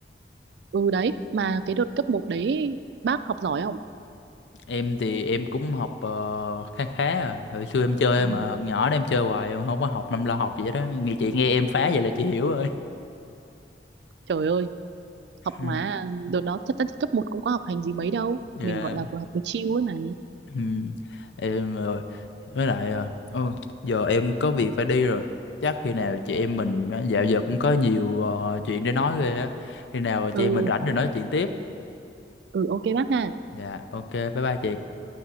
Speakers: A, on the right; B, on the left.
A: ừ đấy, mà cái đợt cấp một đấy bác học giỏi không?
B: em thì em cũng học ờ, khá khá rồi hồi xưa em chơi
A: Ừ,
B: mà hồi nhỏ đó em chơi hoài em không có học năm lo học gì hết đó nghe chị nghe em phá vậy là chị hiểu rồi
A: Trời ơi học
B: Ừ.
A: mà đợt đó thật ra thì cấp một cũng có học hành gì mấy đâu
B: dạ
A: mình gọi là vừa học vừa chill ấy mà
B: Ừ, em rồi với lại ờ, ừ, giờ em có việc phải đi rồi chắc khi nào chị em mình á, dạo giờ cũng có nhiều ờ, chuyện để nói ghê á khi nào chị
A: ừ
B: em mình rảnh rồi nói chuyện tiếp
A: ừ ok bác ha
B: dạ ok bye bye chị